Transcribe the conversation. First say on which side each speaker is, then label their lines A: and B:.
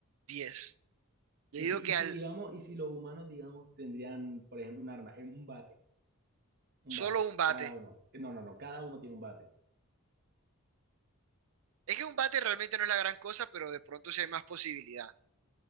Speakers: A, on the right; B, on the right.
A: diez Yo
B: y
A: digo
B: si,
A: que
B: y si
A: al
B: digamos, y si los humanos, digamos, tendrían, por ejemplo, un arma, eh, un bate, un
A: solo
B: bate,
A: un bate,
B: cada uno, eh, no, no, no, cada uno tiene un bate,
A: es que un bate realmente no es la gran cosa, pero de pronto sí hay más posibilidad.